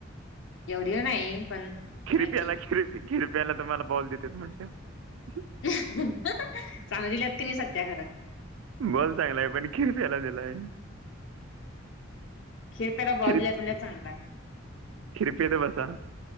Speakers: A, on the left (about 65°); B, on the right (about 85°).
A: एवढी नाही पण.
B: खिरप्याला
A: आहे की
B: खिरपी खिरप्याला तुम्हाला बॉल देतेेत म्हटल्यावर.
A: चांगलंत <unintelligible> क नाही सध्या खरं
B: बोल चांगलाय पण किरप्याला दिलाय.
A: खिरप्याला बॉल
B: खिरप
A: दिला म्हणजे चांगलाय.
B: खिरपेत बसा.